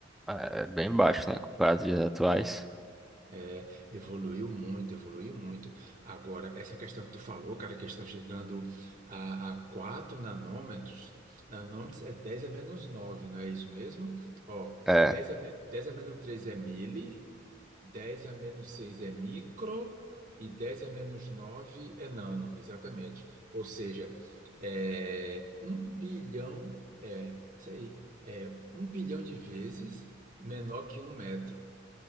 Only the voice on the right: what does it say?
É, evoluiu muito, evoluiu muito. Agora, essa questão que tu falou, cara, que estão chegando a, a 4 nanômetros. Nanômetros é 10 a menos 9, não é isso mesmo? Ó,
dez a, me- 10 a menos 3 é mili, 10 a menos 6 é micro e 10 a menos 9 é nano, exatamente. Ou seja, é, 1 bilhão, é, isso aí, é um bilhão de vezes menor que um metro.